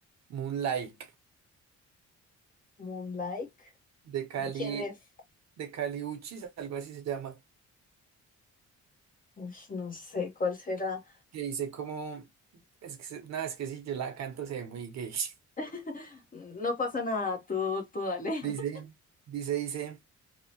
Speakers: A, on the right (about 60°); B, on the left (about 25°).
A: Moonlight,
B: Moonlight.
A: de Cali.
B: ¿De quién es?
A: de Caliuchis, algo así se llama,
B: Uf, no sé cuál será.
A: que dice como, es que, se- no, es que si yo la canto se ve muy gay. <laughs>
B: <laughs> No pasa nada, tú, tú dale.
A: Dice,
B: <laughs>
A: dice, dice,